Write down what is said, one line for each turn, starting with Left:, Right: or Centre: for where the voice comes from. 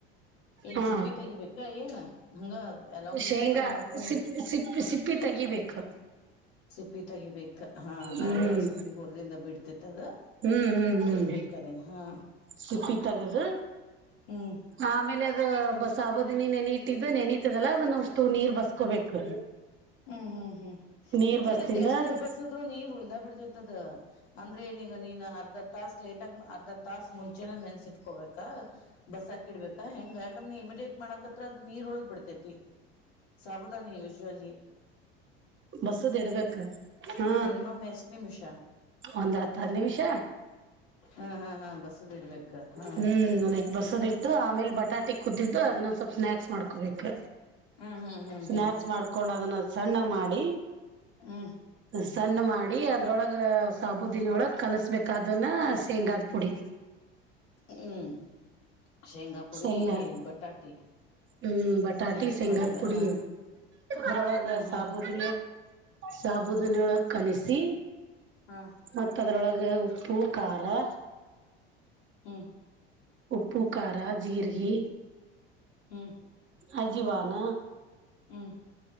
Left: ಏನ್
Right: ಹಾ
Left: ಸಿಪ್ಪಿ ತೆಗಿಬೇಕಾ ಏನ್ ಹಂಗ. ಅಲಾಂಗ್
Right: ಶೇಂಗಾ
Left: ವಿತ್ ಸಿಪ್ಪಿ ಮಾಡ್ಕೊಂಡ್
Right: ಸಿಪ್ಪ ಸಿಪ್ಪಿ ಸಿಪ್ಪಿ ತೆಗಿಬೇಕು.
Left: ಸಿಪ್ಪಿ ತೆಗಿಬೇಕ ಹಾ
Right: ಹ್ಮ್
Left: ಮ್ಯಾಗಡೆ ಸಿಪ್ಪಿ ಹೊರದಿಂದ ಬಿಡ್ತಿತ್ತ ಅದ.
Right: ಹ್ಮ್ ಹ್ಮ್ ಹ್ಮ್
Left: ತೆಗಿಬೇಕ ಅದನ್ನ ಹಾ
Right: ಸಿಪ್ಪಿ ತಗದು.
Left: ಹ್ಮ್
Right: ಆಮೇಲೆ ಅದ ಬಸ್ ಆಬೋದಿನಿ ನೆನ ಇಟ್ಟಿದ್ದ ನೆನತದಲ್ಲಾ ಅದನ್ನಷ್ಟತು ನೀರ್ ಬಸ್ಕೋಬೇಕು.
Left: ಹ್ಮ್ ಹ್ಮ್ ಹ್ಮ್
Right: ನೀರ್
Left: ಕಖರಿ
Right: ಬಸ್ದಿಂದ
Left: ಅದ್ ಎಷ್ಟೇ
Right: ಅದು
Left: ಬಸದ್ರು ನೀರ್ ಉಳ್ದ ಬಿಡ್ತೈತದ. ಅಂದ್ರೆ ನೀಗ ನೀನ್ ಅರ್ಧದ ತಾಸ ಲೇಟಗ ಅರ್ಧ ತಾಸ ಮುಂಚೆನ ನೆನ್ಸಿಟ್ಕೋಬೇಕ. ಬಸ್ ಹಾಕಿಡ್ಬೇಕಾ ಹೆಂಗಗೆ ಯಾಕಂದ್ರೆ ಇಮಿಡೇಟ್ ಮಾಡಕತ್ರ ಅದ್ ನೀರ್ ಉಳ್ದ್ ಬಿಡ್ತೈತಿ. ಸಾವಧಾನಿ ಯೂಜುವಲಿ.
Right: ಬಸ್ಸದ ಇಡ್ಬೇಕ ಹಾ.
Left: ಮಿನಿಮಮ್ ಎಷ್ಟ್ ನಿಮಿಷ
Right: ಒಂದ್ ಹತ್ತ <inaudible> ನಿಮಿಷ.
Left: ಹಾ ಹಾ ಹಾ ಬಸದ ಇಡ್ಬೇಕ ಹಾ
Right: ಹ್ಮ್ ನ ಬಸದ. ಆಮೇಲೆ ಬಟಾಟೆ ಕುದ್ದಿದ್ದು ಅದನ್ನೊಂದ ಸ್ವಲ್ಪ್ ಸ್ನಾಕ್ಸ್ ಮಾಡ್ಕೋಬೇಕು.
Left: ಹ್ಮ್ ಹ್ಮ್
Right: ಸ್ನಾಯಾಕ್ಸ್
Left: ಹ್ಮ್
Right: ಮಾಡ್ಕೊಂಡು ಅದನ್ನ ಸಣ್ಣಂಗ ಮಾಡಿ.
Left: ಹ್ಮ-
Right: ಸಣ್ಣ ಮಾಡಿ ಅದ್ರೊಳಗ ಸಾಬೂುದಿನೊಳಗೆ ಕಲಸ್ಬೇಕ ಅದನ್ನ ಶೇಂಗಾದ ಪುಡಿ.
Left: ಹ್ಮ್ ಶೇಂಗಾ ಪುಡಿ
Right: ಶೇಂಗಾ
Left: ಬಟಾಟಿ.
Right: ಹ್ಮ್ ಬಟಾಟಿ
Left: ಸ್ನ್ಯಾಚ್
Right: ಶೇಂಗಾದ
Left: ಮಾಡಿದ್ದ
Right: ಪುಡಿ
Left: ಹಾ
Right: ಅರೊಳಗ
Left: ಹಾ ಹಾ
Right: ಸಾಬೂರ್. ಸಾಬೂದಿನಳಗೆ ಕಲಿಸಿ.
Left: ಹಾ-
Right: ಮತ್ತ ಅದರೊಳಗೆ ಉಪ್ಪು ಖಾರ-.
Left: ಹ್ಮ್-
Right: ಉಪ್ಪು ಖಾರ ಜೀರಿಗೆ.
Left: ಹ್ಮ್-
Right: ಅಜೀವಾನ.
Left: ಹ್ಮ್-